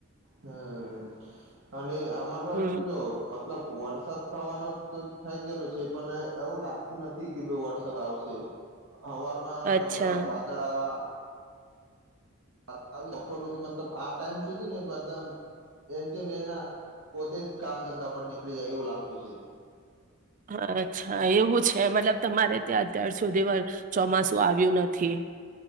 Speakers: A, on the right (about 70°); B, on the right (about 35°).
A: હમ્મ અને અમાર બાજુ
B: હમ
A: તો જો મ મતલબ વરસાદ થવાનો તો થઈ ગયેલો છે પણ એવું લાગતું નથી કે ભઈ વરસાદ સાદ આવશે હવારમાં
B: અચ્છા
A: બધા વાદળા <unintelligible> બપોરથી હુધી મતલબ આ ટાઈમ સુધી ને <unintelligible> એમ તે મેંના પોતે જ કામ ધંધા પર નીકળી જાય એવું લાગતું છે.
B: હ અચ્છા એવું છે મતલબ તમારે ત્યાં અત્યાર સુધીમાં ચોમાસું આવ્યું નથી‌.